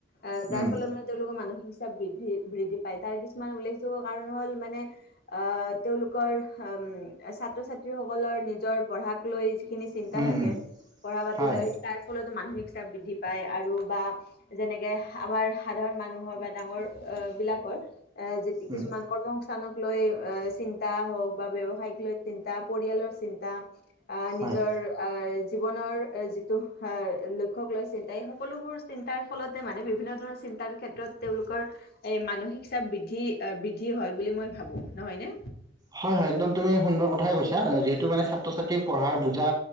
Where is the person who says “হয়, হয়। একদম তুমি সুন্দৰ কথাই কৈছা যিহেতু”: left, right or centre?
Right